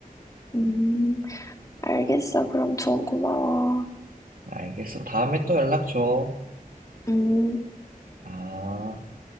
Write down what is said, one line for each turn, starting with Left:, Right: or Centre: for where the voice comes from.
Left: 음, 알겠어. 그럼 조언 고마워.
Right: 알겠어. 다음에 또 연락 줘.
Left: 음.
Right: 아.